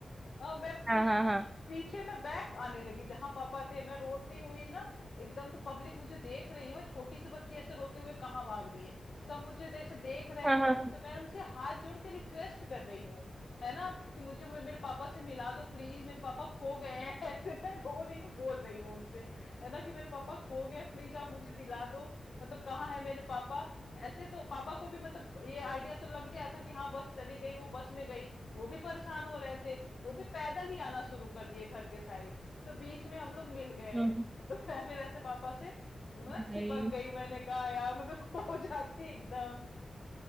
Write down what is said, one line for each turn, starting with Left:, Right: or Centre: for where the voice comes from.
Left: हाँ मैं
Right: हाँ
Left: फिर
Right: हाँ हाँ
Left: पीछे में बैक आने लगी जहां पापा थे मैं रोती हुई ना एकदम तो पब्लिक मुझे देख रही है मैं छोटी सी बच्ची ऐसे रोते हुए कहाँ भाग रही है सब मुझे जैसे देख रहे
Right: हाँ
Left: हैं
Right: हाँ
Left: तो मैं उनसे हाथ जोड़ के रिक्वेस्ट कर रही हूँ है ना कि मुझे मे- मेरे पापा से मिला दो प्लीज मेरे पापा खो गए हैं <laughs> ऐसे मैं रो रही हूँ बोल रही हूँ उनसे है ना कि मेरे पापा खो गए प्लीज आप मुझे दिला दो मतलब कहाँ है मेरे पापा ऐसे तो पापा को भी मतलब ये आइडिया तो लग गया था कि हाँ बस चली गई वो बस में गई वो भी परेशान हो रहे थे वो भी पैदल ही आना शुरू कर दिए घर के साइड तो बीच में हम लोग मिल गए
Right: हाँ,
Left: तो <laughs> मैं फिर ऐसे पापा से मतलब
Right: भाई
Left: चिपक गई मैंने कहा यार मैं तो खो <laughs> जाती एकदम